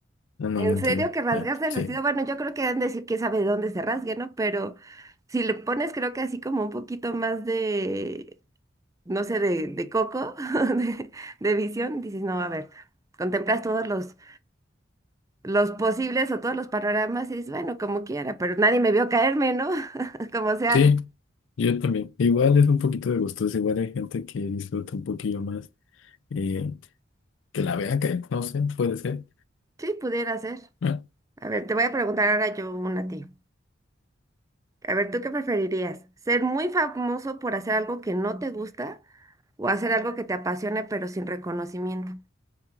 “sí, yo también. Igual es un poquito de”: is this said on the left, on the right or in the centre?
Left